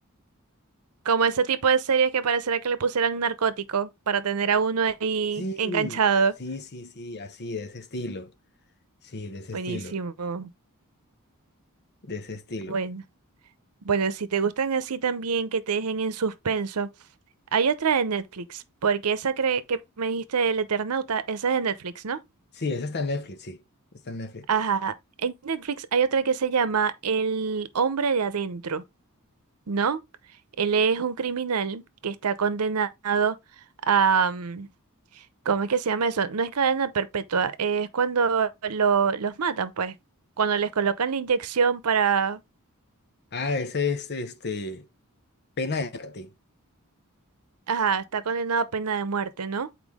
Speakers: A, on the right; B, on the left.
A: Como ese tipo de series que pareciera que le pusieran narcótico para tener a uno ahí
B: Sí,
A: enganchado.
B: sí, sí, sí, así, de ese estilo. Sí, de ese
A: Buenísimo.
B: estilo, de ese estilo.
A: Bueno. Bueno, si te gustan así también que te dejen en suspenso, hay otra de Netflix, porque esa cre- que me dijiste del Eternauta, esa es de Netflix, ¿no?
B: Sí, esa está en Netflix, sí, está en Netflix.
A: Ajá. En Netflix hay otra que se llama El hombre de adentro, ¿no? Él es un criminal que está condenado a... mm, ¿Cómo es que se llama eso? No es cadena perpetua, es cuando lo- los matan, pues. Cuando les colocan la inyección para...
B: Ah, ese es este, Pena de Arte.
A: Ajá, está condenado a pena de muerte, ¿no?